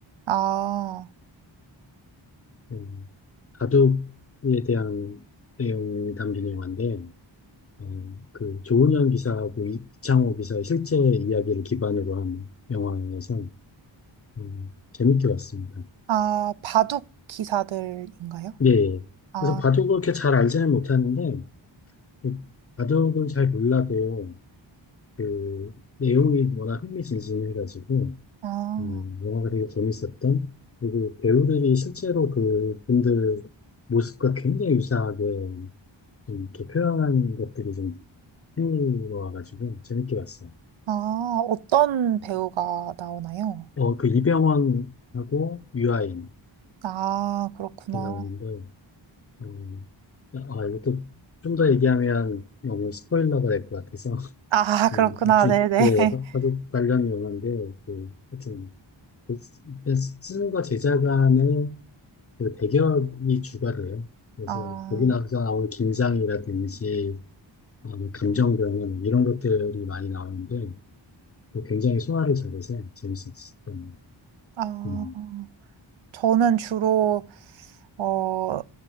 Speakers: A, on the right; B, on the left.
A: 아,
B: 음, 바둑에 대한 내용이 담긴 영화인데, 어, 그, 조은현 기사하고 이- 창호 기사의 실제 이야기를 기반으로 한 영화에서, 음, 재밌게 봤습니다.
A: 아, 바둑 기사들인가요?
B: 예. 예.
A: 아,
B: 그래서 바둑을 그렇게 잘 알지는 못하는데, 그 바둑은 잘 몰라도, 그, 내용이 워낙 흥미진진해가지고,
A: 아,
B: 음, 영화가 되게 재밌었던, 그리고 배우들이 실제로 그 분들 모습과 굉장히 유사하게 좀 이렇게 표현한 것들이 좀 흥미로워가지고, 재밌게 봤어요.
A: 아, 어떤 배우가 나오나요?
B: 어, 그 이병헌하고 유아인,
A: 아, 그렇구나.
B: 이렇게 나오는데, 음, 아, 이것도 좀 더 얘기하면 너무 스포일러가 될 것 같아서,
A: 아, 그렇구나.
B: 음, 하여튼,
A: 네네.
B: 예, 화-
A: <laughs>
B: 화 관련 용어인데, 그, 하여튼, 그 쓰- 그 쓰- 는과 제작 간의 그 대결이 주가 돼요. 그래서
A: 아,
B: 거기 나서 나오는 긴장이라든지, 어, 감정 변화, 이런 것들이 많이 나오는데, 그 굉장히 소화를 잘해서 재밌었던,
A: 아,
B: 음,
A: 저는 주로, 어,